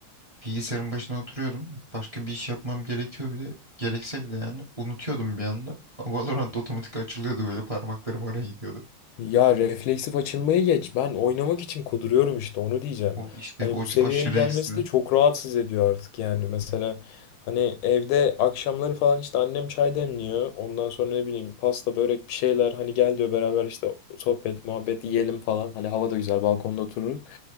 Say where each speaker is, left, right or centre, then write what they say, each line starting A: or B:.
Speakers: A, on the right (about 20°); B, on the left (about 75°).
A: bilgisayarın başına oturuyordum. Başka bir iş yapmam gerekiyor bile. Gerekse bile yani unutuyordum bir anda. <laughs> Valorant otomatik açılıyordu böyle parmaklarım oraya gidiyordu.
B: Ya refleksif açılmayı geç. Ben oynamak için kuduruyorum işte onu diyeceğim.
A: O işte
B: Hani
A: o
B: bu seviyeye
A: aşırı
B: gelmesi
A: ekstra.
B: de çok rahatsız ediyor artık yani. Mesela hani evde akşamları falan işte annem çay demliyor. Ondan sonra ne bileyim pasta börek bir şeyler hani gel diyor beraber işte sohbet muhabbet yiyelim falan. Hani hava da güzel balkonda otururuz.